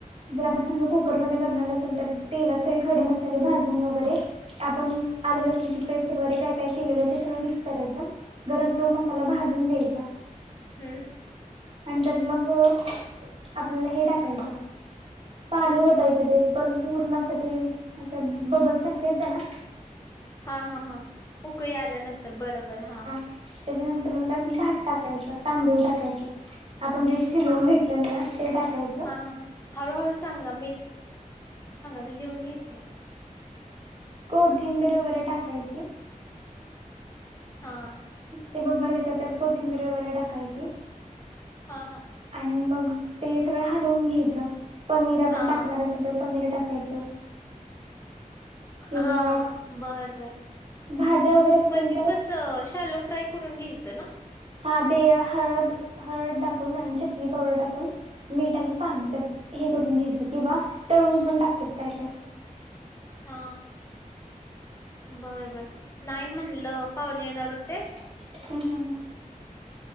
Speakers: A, on the right; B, on the left.
A: जर आपण समजा कुकरमध्ये करणार असेल तर, तेलात सगळे खडे मसाले भाजून वगैरे. आपण आले लसूणची पेस्ट वगैरे काय काय केलेलं ते सगळं मिक्स करायचं. गरम तो मसाला भाजून द्यायचा.
B: हम्म.
A: आणि त्यात मग आपल्याला हे टाकायचं पाणीवर.
B: हं.
A: त्याच ते पण पूर्ण असं ते बबल सारखं येत ना.
B: हा हा हा उकळी आल्यानंतर बरोबर हा.
A: त्याच्यानंतर मग त्यात भात टाकायचं तांदूळ टाकायच. आपण जे शिजवून घेेतलेलं ना ते टाकायच.
B: हा हा हां हळूहळू सांगा मी लिहून घेतेय.
A: कोथिंबीर वगैरे टाकायची.
B: हा.
A: ते बबल येत तर त्यात कोथिंबीरी वगैरे टाकायची.
B: हा हा
A: आणि मग ते सगळं हलवून घ्यायचं पनीर आपण
B: हां.
A: टाकणार असेल तर पनीर टाकायचं
B: हा
A: किंवा
B: हा बर बर
A: भाज्या वगैरे असतील
B: पनीर
A: तर
B: कस शालो फ्राय करून घ्यायचं ना
A: हा ते हळद हळद टाकून आणि चटणी पावडर टाकून मीठ आणि पाणी त्यात हे करून घ्यायचं किंवा तळून पण टाकतात काय काय
B: हा बरं बर नाही म्हणलं पाहुणे येणार हो ते
A: हम् हम हम